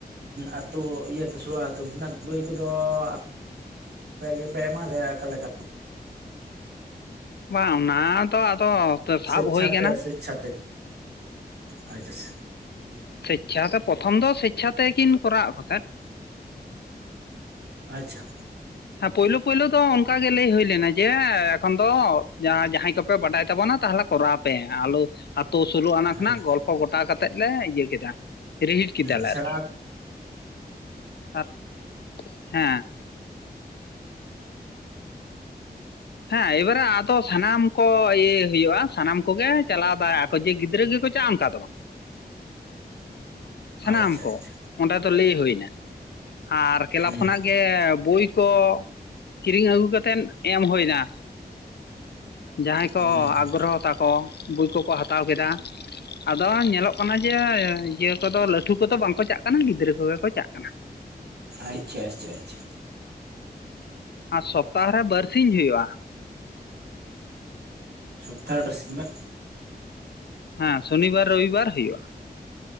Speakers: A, on the right; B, on the left.
A: ᱟᱹᱛᱩ ᱤᱭᱟᱹᱛᱮ ᱥᱳᱞᱳᱟᱱᱟ ᱛᱮ ᱩᱱᱠᱤᱱᱟᱜ ᱠᱩᱲᱟᱹᱭ ᱠᱚᱫᱚ ᱟᱯᱮ ᱜᱮᱯᱮ ᱮᱢᱟ ᱞᱮᱭᱟ ᱚᱠᱟ ᱞᱮᱠᱟ
B: ᱵᱟᱝ ᱚᱱᱟ ᱫᱚ ᱟᱫᱚ
A: <inaudible>
B: ᱥᱟᱵ
A: ᱥᱮᱪᱪᱷᱟᱛᱮ
B: ᱦᱩᱭ ᱠᱟᱱᱟ
A: ᱥᱮᱪᱪᱷᱟᱛᱮ ᱟᱡᱟᱥ
B: ᱥᱮᱪᱪᱷᱟ ᱫᱚ ᱯᱨᱚᱛᱷᱚᱢ ᱫᱚ ᱥᱤᱪᱪᱷᱟ ᱛᱮᱠᱤᱱ ᱠᱚᱨᱟᱣ ᱠᱚ ᱛᱟᱦᱮᱸᱫ
A: ᱟᱪᱪᱷᱟ
B: ᱦᱮᱸ ᱯᱳᱭᱞᱳ ᱯᱳᱭᱞᱳ ᱫᱚ ᱚᱱᱠᱟ ᱜᱮ ᱞᱟᱹᱭ ᱦᱩᱭ ᱞᱮᱱᱟ ᱡᱮ ᱮᱠᱷᱚᱱ ᱫᱚ ᱡᱟᱦᱟᱸᱭ ᱠᱚ ᱯᱮ ᱵᱟᱰᱟᱭ ᱛᱟᱵᱚᱱᱟ ᱛᱟᱦᱚᱞᱮ ᱠᱚᱨᱟᱣ ᱯᱮ ᱟᱞᱚ ᱟᱛᱳ ᱥᱳᱞᱳ ᱟᱱᱟ
A: ᱦᱮᱸ
B: ᱠᱷᱚᱱᱟᱜ ᱜᱚᱞᱯ ᱜᱚᱴᱟ ᱠᱟᱛᱮᱫ ᱞᱮ ᱤᱭᱟᱹ ᱠᱮᱫᱟ ᱨᱤᱦᱤᱴ ᱠᱮᱫᱟᱞᱮ
A: ᱦᱩᱸ ᱥᱮᱬᱟ
B: ᱟᱨᱠᱤ ᱟᱨ ᱦᱮᱸ ᱦᱮᱸ ᱮᱵᱟᱨᱮ ᱟᱫᱚ ᱥᱟᱱᱟᱢ ᱠᱚ ᱤᱭᱟᱹ ᱦᱩᱭᱩᱜᱼᱟ ᱥᱟᱱᱟᱢ ᱠᱚᱜᱮ ᱪᱟᱞᱟᱣ ᱵᱟᱲᱟᱜᱼᱟ ᱠᱚ ᱡᱮ ᱜᱤᱫᱽᱨᱟᱹ ᱜᱮᱠᱚ ᱪᱟᱜᱼᱟ ᱚᱱᱠᱟ ᱫᱚ
A: <inaudible>
B: ᱵᱟ ᱥᱟᱱᱟᱢ
A: ᱟᱪᱪᱷᱟ
B: ᱠᱚ
A: ᱟᱪᱪᱷᱟ
B: ᱚᱸᱰᱮ ᱫᱚ ᱞᱟᱹᱭ ᱦᱩᱭᱱᱟ ᱟᱨ ᱠᱞᱟᱵᱽ
A: ᱦᱩᱸ
B: ᱠᱷᱚᱱᱟᱜ ᱜᱮ ᱵᱳᱭ ᱠᱚ ᱠᱤᱨᱤᱧ ᱟᱹᱜᱩ ᱠᱟᱛᱮᱫ ᱮᱢ ᱦᱩᱭᱱᱟ᱾ ᱡᱟᱦᱟᱸᱭ
A: ᱦᱩᱸ
B: ᱠᱚ
A: ᱦᱩᱸ
B: ᱟᱜᱽᱨᱚᱦᱚ ᱛᱟᱠᱚ ᱵᱳᱭ ᱠᱚᱠᱚ ᱦᱟᱛᱟᱣ ᱠᱮᱫᱟ ᱟᱫᱚ ᱧᱮᱞᱚᱜ ᱠᱟᱱᱟ ᱡᱮ ᱤᱭᱟᱹ ᱠᱚᱫᱚ ᱞᱟᱹᱴᱷᱩ ᱠᱚᱫᱚ ᱵᱟᱝᱠᱚ ᱪᱟᱜ ᱠᱟᱱᱟ ᱜᱤᱫᱽᱨᱟᱹ ᱠᱚᱜᱮ ᱠᱚ ᱪᱟᱜ ᱠᱟᱱᱟ
A: ᱟᱪᱪᱷᱟ ᱟᱪᱪᱷᱟ ᱟᱪᱪᱷᱟ
B: ᱟᱨ ᱥᱚᱯᱛᱟᱦᱚ ᱨᱮ ᱵᱟᱨᱥᱤᱧ ᱦᱩᱭᱩᱜᱼᱟ᱾
A: ᱥᱚᱯᱛᱟ ᱨᱮ ᱵᱟᱨ ᱥᱤᱧᱵᱟ
B: ᱦᱮᱸ ᱥᱚᱱᱤᱵᱟᱨ ᱨᱚᱵᱤᱵᱟᱨ ᱦᱩᱭᱩᱜᱼᱟ